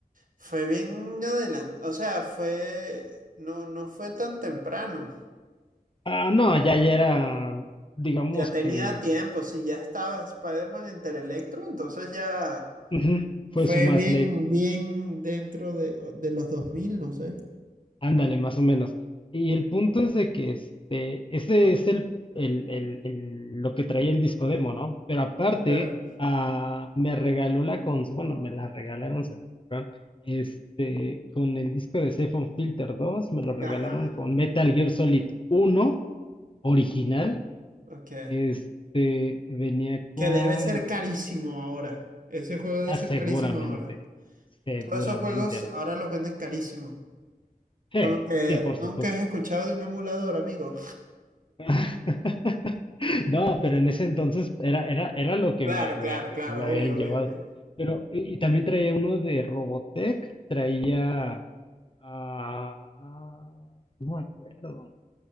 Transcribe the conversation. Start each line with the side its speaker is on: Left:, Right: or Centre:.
Right: Fue bien adelante, o sea, fue, no, no fue tan temprano.
Left: Ah, no, ya, ya era, digamos
Right: Ya tenía
Left: que
Right: tiempo, si ya estaba Spider-Man entre Electro, entonces ya
Left: ujú, fue
Right: Fue
Left: su más
Right: bien,
Left: late.
Right: bien dentro de, de los 2000 no sé.
Left: Ándale, más o menos. Y el punto es de que este, ese es el, el- el- el- lo que traía el disco demo, ¿no? Pero aparte,
Right: Claro.
Left: ah, me regaló la consola, bueno, me la regalaron, se la compraron, este, con el disco de Safe on Filter dos me lo regalaron
Right: Ajá,
Left: con Metal Gear Solid uno original,
Right: ok.
Left: este, venía con,
Right: Que debe ser carísimo ahora. Ese juego debe
Left: ah,
Right: ser
Left: seguramente,
Right: carísimo ahora.
Left: seguramente,
Right: Todos esos juegos
Left: ¿no?
Right: ahora los venden carísimo.
Left: Sí,
Right: Como que
Left: sí, por supuesto.
Right: nunca has escuchado de un emulador, amigo.
Left: <laughs> No,
Right: <laughs>
Left: pero en ese entonces era, era, era lo que
Right: Claro,
Left: me, me,
Right: claro,
Left: me-
Right: claro,
Left: me habían
Right: obvio, obvio,
Left: llevado.
Right: obvio.
Left: Pero, y, y también traía uno de Robotech, traía, ah, no me acuerdo.